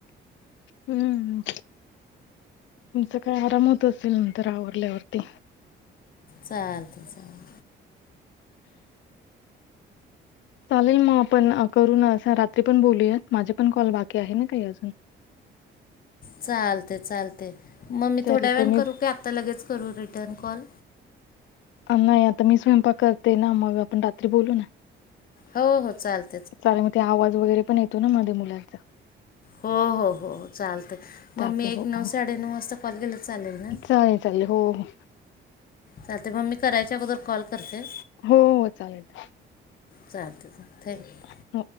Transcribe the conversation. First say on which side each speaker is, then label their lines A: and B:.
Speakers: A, on the left; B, on the left.
A: हम्म, तुमच काय आराम होत असेल, नंतर आवरल्यावरती.
B: चालतय चालतय.
A: चालेल मग आपण करून अस रात्री पण बोलूयात, माझे पण कॉल बाकी आहे ना काही अजून.
B: चालतय चालतय मग मी
A: चालेल
B: थोड्या वेळाण
A: ते मी
B: करू का आत्ता लगेच करू रिटर्न कॉल.?
A: नाही आता मी स्वयंपाक करते ना, मग आपण रात्री बोलू ना.
B: हो हो, चालेल.
A: चालेल मग ते आवाज वगैरे पण येतो ना मध्ये मुलांचा.
B: हो हो हो चालतय,
A: टाके
B: मग मी एक
A: हो
B: नऊ
A: हो
B: साडेनऊ वाजता कॉल केलातर चालेल ना.
A: चालेल चालेल, हो हो.
B: चालतय मग मी करायच्या अगोदर कॉल करते.
A: हो हो चालेल.
B: चालतेय चालतय थँक्यू.
A: हो